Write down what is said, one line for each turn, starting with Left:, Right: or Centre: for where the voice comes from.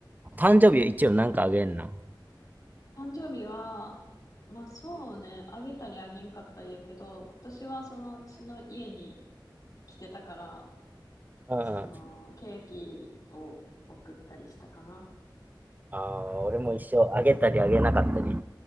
Right: 誕生日は一応なんかあげんの。
Left: 誕生日は、まあそうね、あげたりあげんかったりやけど、今年はそのうちの家に来てたから、
Right: うんうん。
Left: そのケーキを送ったりしたかな。
Right: ああ、俺も一生あげたりあげなかったり。